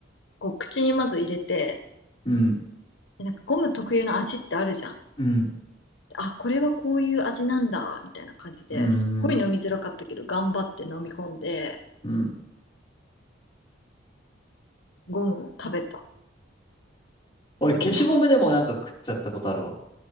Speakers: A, on the left; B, on the left.
A: こう口にまず入れて、
B: うん、
A: でなんかゴム特有の味ってあるじゃん。
B: うん、
A: あ、これはこういう味なんだ、みたいな感じですっごい飲みづらかったけど、
B: うん、
A: 頑張って飲み込んで、
B: うん。
A: ゴム食べたっ
B: 俺、
A: て思っ
B: 消しゴムでもなんか食っちゃったことあるわ。